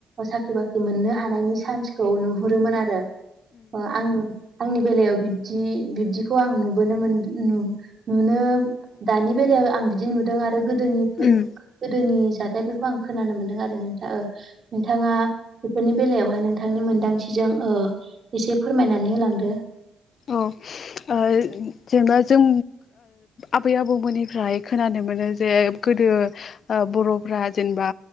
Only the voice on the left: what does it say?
उम
अ ओ जेनेबा जों आबै आबौमोननिफ्राय खोनानो मोनो जे गोदो ओ बर'फ्रा जेनेबा